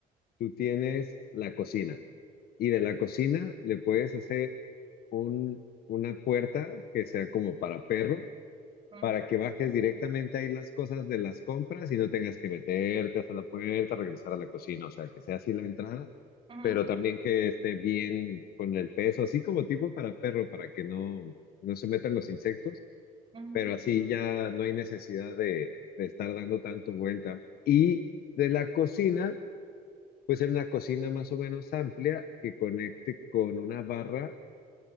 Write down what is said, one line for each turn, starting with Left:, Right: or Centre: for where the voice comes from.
Left: tú tienes la cocina. Y de la cocina le puedes hacer un, una puerta que sea como para perro
Right: Ujú,
Left: para que bajes directamente ahí las cosas de las compras y no tengas que meterte hasta la puerta, regresar a la cocina, o sea, que sea así la entrada,
Right: ujú,
Left: pero también que esté bien con el peso, así como tipo para perro, para que no, no se metan los insectos,
Right: ujú.
Left: pero así ya no hay necesidad de, de estar dando tanto vuelta. Y de la cocina, pues en una cocina más o menos amplia que conecte con una barra